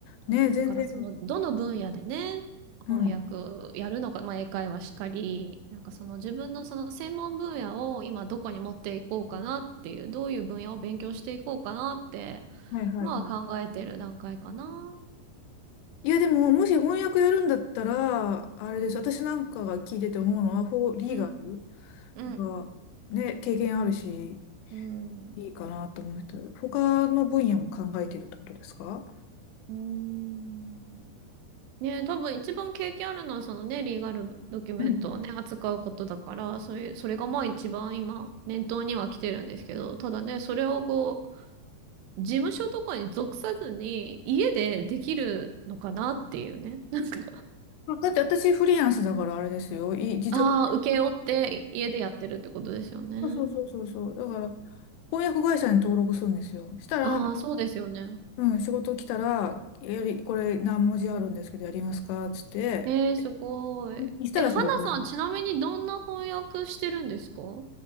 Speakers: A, on the left; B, on the right.
A: ね、
B: ねだからその、
A: 全然、
B: どの分野でね、
A: うん。
B: 翻訳やるのか、まあ英会話しかり、なんかその自分のその専門分野を今どこに持っていこうかなっていう、どういう分野を勉強していこうかなって、
A: はいはいはい。
B: 今は考えてる段階かな。
A: いやでも、もし翻訳やるんだったら、あれです。私なんかが聞いてて思うのは、フォーリーガル。
B: うん。うん。
A: だからね、経験あるし、
B: うん。
A: いいかなと思うと他の分野も考えてるってことですか
B: うーんねえ、多分一番経験あるのはそのね、リーガルドキュメントをね、
A: うん
B: 扱うことだから、そういう、それがまあ一番今、念頭には来てるんですけど、ただね、それをこう、事務所とかに属さずに、家でできるのかなっていうね。<laughs> なんか、
A: あだって私フリーランスだからあれですよ。い、自宅で。
B: ああ、請け負って家でやってるってことですよね。
A: そうそうそうそうそう。
B: ね
A: だから、翻訳会社に登録するんですよ。したら、
B: ああー、そうですよね。
A: うん、仕事来たら、やり、これ何文字あるんですけどやりますかっつって、
B: えー、すごい。
A: うんしたらそれで
B: え、花さん、ちなみにどんな翻訳してるんですか